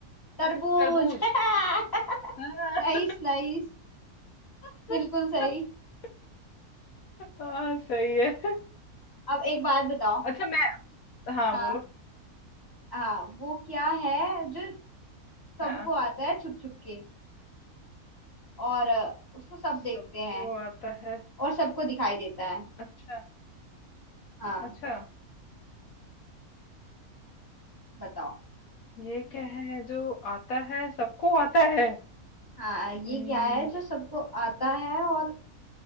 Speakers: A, on the left (about 15°); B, on the left (about 75°).
A: तरबूज
B: तरबूज
A: <laughs>
B: हाँ
A: नाइस नाइस
B: <laughs>
A: बिल्कुल सही
B: हाँ सही है
A: अब एक बात बताओ
B: अच्छा मैं हाँ
A: हाँ
B: बोलो
A: हाँ वो क्या है जो
B: हाँ
A: सबको आता है छुप छुप के और अ, उसको सब
B: सबको
A: देखते हैं
B: आता है
A: और सबको दिखाई देता है
B: अच्छा
A: हाँ
B: अच्छा
A: बताओ
B: ये क्या है जो आता है सबको आता है
A: हाँ ये
B: हम्म,
A: क्या है जो सबको आता है और